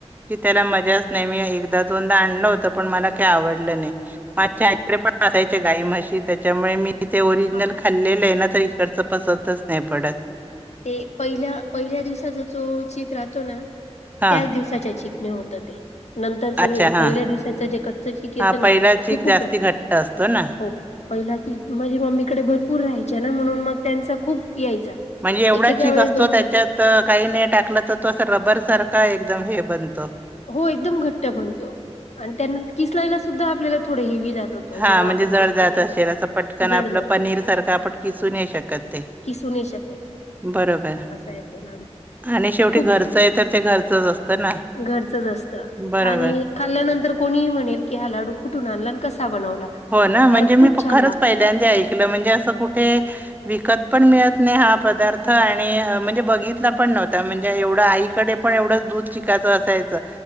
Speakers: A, on the right; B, on the left.
A: कि त्याला मजाच... नाही मी एकदा दोनदा आणलं होत. पण मला काही आवडलं नाही. माझ्या आकडे पण असायचे गाई म्हशी.. त्याच्यामुळे मी ते ओरिजनल
B: हा
A: खाल्लेलं आहे. ना त इकडच पसंत नाही पडत.
B: ते पहिल्या पहिल्या दिवसाचा तो चीक राहतो. ना
A: हा
B: त्याच दिवसाच्या चीक.. होत. ते नंतरच
A: अच्छा हा
B: पहिल्या दिवसाच जे कच्च चक येतं
A: हा
B: ना
A: पहिला
B: ते
A: चीक
B: खूप
A: जास्ती
B: हे...
A: घट्ट असतो ना
B: हो पहिला ती माझी मम्मीकडे भरपूर राहायच. ना म्हणून मग... त्यांचा खूप यायचा...
A: म्हणजे एवढा
B: एकेका
A: चीक
B: वेळेस
A: असतो.
B: दोन
A: त्याच्यात
B: तीन तीन
A: काही ने टाकला तर तो रबर सारखा एकदम हे बनतं...
B: हो एकदम घट्ट बनतो. आणि त्यान किसलायला सुद्धा आपल्याला थोड हेवी... जात होतो
A: हा
B: जेव्हा
A: म्हणजे
B: आपण
A: जड
B: किसतो
A: जात
B: तेव्हा.
A: असेल. असं पटकन
B: जड
A: आपलं
B: जातं
A: पनीर सारखं आपण किसू नाही. शकत ते...
B: किसू नाही शकत.
A: बरोबर
B: असा आहे तो लाडू
A: आणि शेवटी
B: खूप
A: घरचं आहे तर ते घरचंच असतं. ना
B: घरचंच असतं.
A: बरोबर.
B: आणि खाल्ल्यानंतर कोणीही म्हणेल की हा लाडू कुठून आणला आणि कसा बनवला.
A: हो ना म्हणजे
B: कारण खूप
A: मी
B: छान
A: खरच
B: लागतो
A: पहिल्यांदा
B: तो
A: ऐकलं म्हणजे असं कुठे विकत पण मिळत नाही. हा पदार्थ आणि म्हणजे बघितला पण नव्हता म्हणजे एवढं आईकडे पण एवढं दूध चिकायचं असायचं